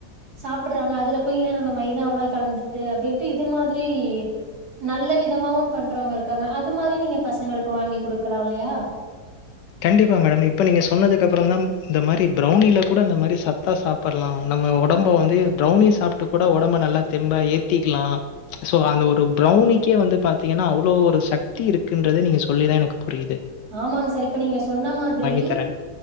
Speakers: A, on the right; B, on the left.
A: சாப்புட்றாங்க அதுல போய் ஏ நம்ம மைதாவெல்லா கலந்துட்டு அப்டின்ட்டு இது மாதிரி நல்ல விதமாவு பண்றவுங்க இருக்காங்க அது மாரி நீங்க பசங்களுக்கு வாங்கி குடுக்கலால்லயா
B: கண்டிப்பா மேடம் இப்ப நீங்க சொன்னதுக்கு அப்புறந்தா இந்த மாரி பிரௌனில கூட இந்த மாரி சத்தா சாப்புல்லா நம்ம ஒடம்ப வந்து பிரௌனி சாப்ட்டு கூட ஒடம்ப நல்லா தெம்பா ஏத்திக்லா சோ அந்த ஒரு பிரௌனிக்கே வந்து பாத்தீங்கனா அவ்ளோ ஒரு சக்தி இருக்குன்றதே நீங்க சொல்லிதா எனக்கு புரியிது
A: ஆமாங்க சார் இப் இப்ப நீங்க சொன்ன மாதிரி
B: தரேன்.